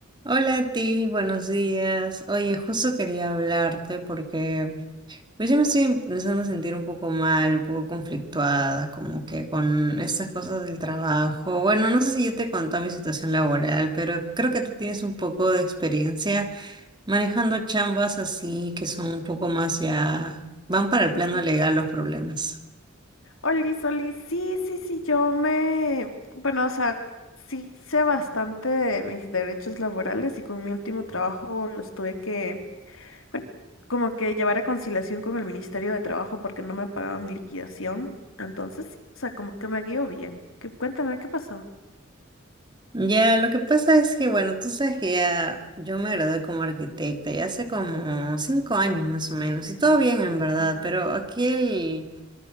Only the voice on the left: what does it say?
Ujú.
Oli olis, sí, sí, sí, yo me, bueno, o sea, sí sé bastante de mis derechos laborales y con mi último trabajo los tuve que, bueno, como que llevar a conciliación con el Ministerio de Trabajo porque no me pagaba mi liquidación. Entonces, sí, o sea, como que me guió bien. ¿Qué, cuéntame, ¿qué pasó?
ah